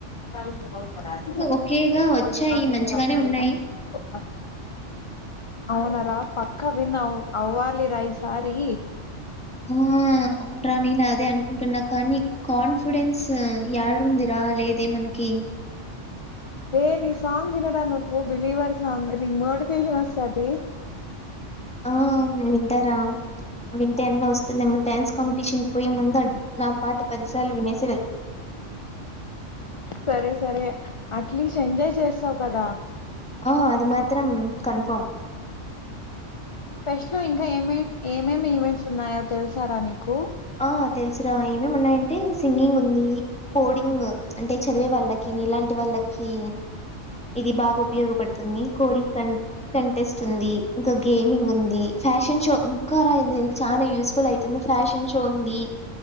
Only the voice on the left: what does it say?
ఛాలెంజ్ కు పోతారా ఇవ్వు <unintelligible>
అవునార పక్క విన్ అవ్ అవ్వాలిరా ఈసారి
రే నీ సాంగ్ వినరా నువ్వు బిలీవర్స్ స మేబి మోటివేషన్ వస్తది పే
సరే సరే అట్లీస్ట్ ఎంజాయ్ చేస్తావు కదా
ఫెష్ట్ లో ఇంకా ఏమే ఏమేమి ఈవెంట్స్ ఉన్నాయో తెలుసారా నీకు